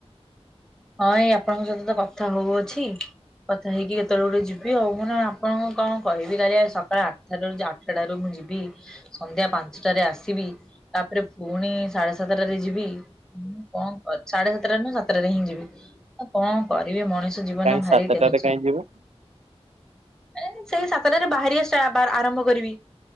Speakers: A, in the centre; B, on the right (about 80°).
A: ହଁ ଏଇ ଆପଣଙ୍କ ସହିତ ତ କଥା ହଉଅଛି। କଥା ହେଇକି କେତେବେଳେ ଗୋଟେ ଯିବି ଆଉ ମାନେ ଆପଣଙ୍କୁ କଣ କହିବି କାଲିଆ ସକାଳ ଆ <unintelligible> ଆଠଟାରୁ ମୁଁ ଯିବି ସନ୍ଧ୍ୟା ପାଞ୍ଚଟାରେ ଆସିବି ତାପରେ ପୁଣି ସାଢେ ସାତଟାରେ ଯିବି ହୁଁ, କଣ କ ସାଢେ ସାତଟାରେ ନୁହେ ସାତଟାରେ ହିଁ ଯିବି ଆଉ କଣ କରିବି ମଣିଷ ଜୀବ ବନ
B: କାହିଁ
A: ଭାରି
B: ସାତଟାରେ
A: ଟେନସନ୍।
B: କାହିଁ ଯିବେ
A: ଆରେ ସେଇ ସାତଟାରେ ବାହାରିବା ଷ୍ଟା ଆରମ୍ଭ କରିବି।